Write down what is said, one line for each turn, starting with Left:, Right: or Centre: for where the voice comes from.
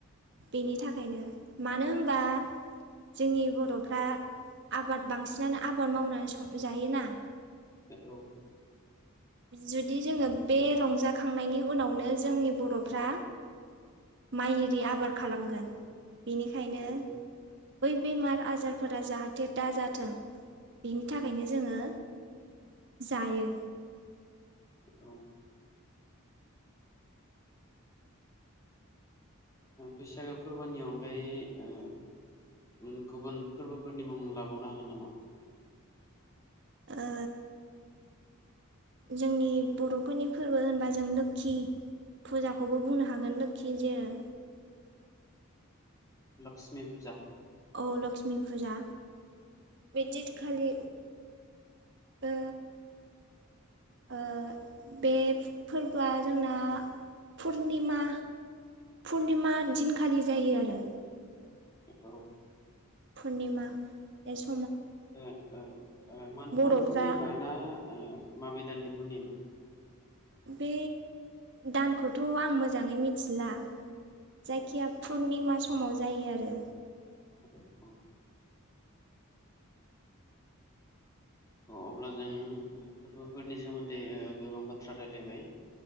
Right: बेनि थाखायनो मानो होनबा जोंनि बर'फ्रा आबाद बांसिनानो आबाद मावनानै सं जायोना।
Left: औ
Right: जुदि जोङो बे रंजाखांनायनि उनावनो जोंनि बर'फ्रा माइ आरि आबाद खालामगोन बेनिखायनो
Left: औ
Right: बै बेमार आजारफोरा जाहाथे दा जाथों बेनि थाखायनो जोङो जायो
Left: औ बैसागो फोरबोनि अनगायै ओ उम गुबुन फोरबोफोरनि मुं लाबावनो हागोन नामा
Right: ओ
Left: <inaudible>
Right: जोंनि बर'फोरनि फोरबो होनबा जों लोखि फुजाखौबो बुंनो हागोन लोखि जेरो
Left: लक्ष्मि फुजा
Right: औ लक्ष्मि फुजा बे दिन खालि ओ ओ बे फोरबोआ जोंना पुर्निमा पुर्निमा दिनखालि जायो आरो
Left: औ
Right: पुर्निमा एस
Left: ओ ओ मोनफ्रोम
Right: बर'फ्रा
Left: पुर्निमा ना ओ माबे दाननि पुर्निमा?
Right: बे दानखौथ' आं मोजाङै मिथिला जायखिया
Left: औ
Right: पुर्निमा समाव जायो आरो
Left: औ औ अब्ला जों फोरबोफोरनि सोमोन्दै गोबां बाथ्रा रायलायबाय